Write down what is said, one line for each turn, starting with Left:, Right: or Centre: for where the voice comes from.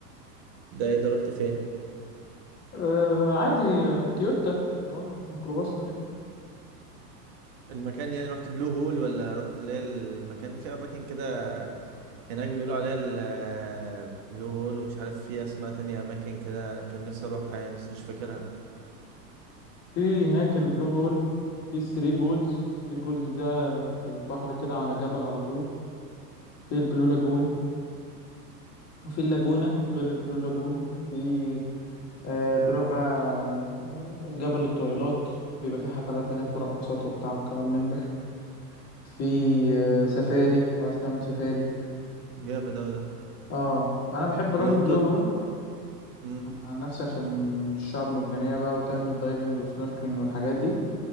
Right: ده ايه ده رحت فين
Left: آه، عادي آه، تويوتا اللي هو الميكروباص ده
Right: المكان يعني رحت بلو هول ولا رحت اللي هي المكان في أماكن كده هناك بيقولوا عليها البلو هول ومش عارف في اسماء تانية اماكن كده كان نفسي اروحها يعني بس مش فاكرها
Left: في هناك البلو هول في ثري بولز ثري بولز ده زي بحر كده على جبل على طول في البلو لاجون وفي اللاجونة غير البلو لاجون في آه تروح بقى آه، جبل الطويلات بيبقى فيه حفلات هناك ورقصات وبتاع والكلام من ده في آه سفاري لو عايز تعمل سفاري
Right: جامد اوي ده
Left: اه انا بحب
Right: اللي
Left: اروح البلو
Right: هو بتون
Left: هول
Right: مم.
Left: عن عن نفسي عشان الشعب مرجانية بقى وتعمل دايفنج وسنوركلينج والحاجات دي